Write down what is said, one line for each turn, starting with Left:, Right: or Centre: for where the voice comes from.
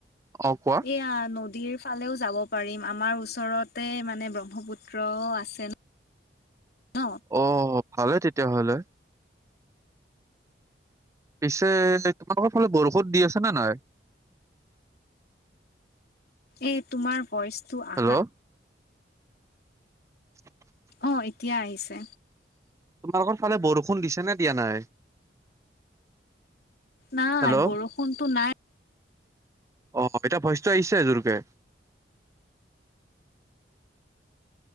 Right: অ কোৱা
Left: এইয়া নদীৰ ফালেও যাব পাৰিম, আমাৰ ওচৰতে মানে ব্ৰহ্মপুত্ৰ আছে ন
Right: অ, ভালে তেতিয়াহলে। পিছে তোমালোকৰ ফালে বৰষুত দি আছে নে নাই?
Left: এই তোমাৰ ভইচটো আহাঁ
Right: হেল্ল' <inaudible>
Left: অঁ এতিয়া আহিছে।
Right: তোমালোকৰ ফালে বৰষুণ দিছে নে দিয়া নাই?
Left: নাই,
Right: হেল্ল'
Left: বৰষুণটো নাই
Right: অ এতিয়া ভইচটো আহিছে জোৰকে।